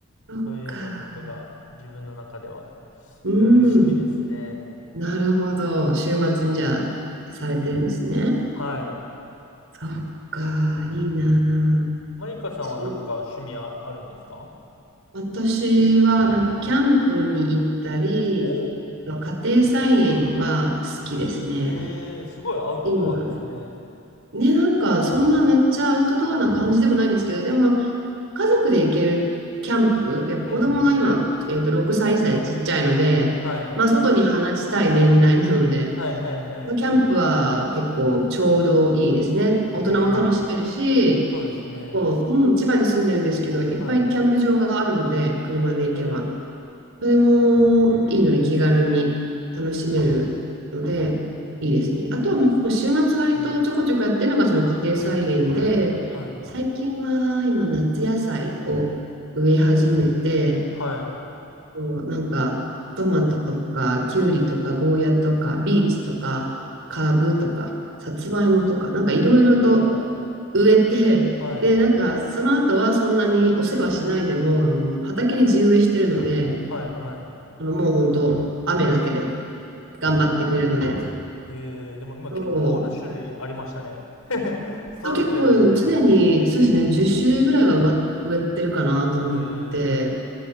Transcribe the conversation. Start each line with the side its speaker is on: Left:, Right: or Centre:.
Right: そっか。
Left: そういうようなことが自分の中では、
Right: うん。
Left: うん、趣味ですね。
Right: なるほど。週末にじゃあ、されてるんですね。
Left: はい。
Right: そっか、いいなあ。
Left: マイカさんはなんか趣味あ、
Right: し
Left: あるんですか
Right: 私は、なんか、キャンプに行ったり、
Left: お、
Right: 家庭菜園は好きですね。
Left: ええーすごいアウトドアですね。
Right: 今、ね、なんか、そんなめっちゃアウトドアな感じでもないんですけど、でも、まあ家族で行けるキャンプ、やっぱ子供が今、
Left: うんうんうん。
Right: えっと、6歳、歳ちっちゃいので、
Left: はい。
Right: まあ、外に放ちたい年代なので、
Left: はいはいはい。
Right: キャンプは結構ちょうどいいですね。大人も楽しめるし、
Left: ええーそうですね。
Right: こう、うん、千葉に住んでるんですけど、いっぱいキャンプ場があるので、
Left: はい。
Right: 車で行けば。
Left: ええー
Right: それもいいので気軽に楽しめるので、いいですね。あとはもう週末割とちょこちょこやってるのがその家庭菜園で、
Left: いいですね。うん。はい。
Right: 最近は今夏野菜を植え始めて、
Left: はい。
Right: そうなんか、トマトとか、キュウリとか、ゴーヤとか、ビーツとか、カブとか、さつまいもとか、なんかいろいろと
Left: ほう。
Right: 植えて、
Left: はい。
Right: で、なんか、その後はそんなにお世話しないでも、あの、畑に地植えしてるので、
Left: はいはい。
Right: あの、もう本当雨だけで頑張ってくれるので、
Left: ええでも今結構な種類ありましたね。
Right: そう、
Left: <laughs> 育ててらっしゃいますね。
Right: と結構常に、そうですね、10種類ぐらいは植わ植えてるかなと思って
Left: ええ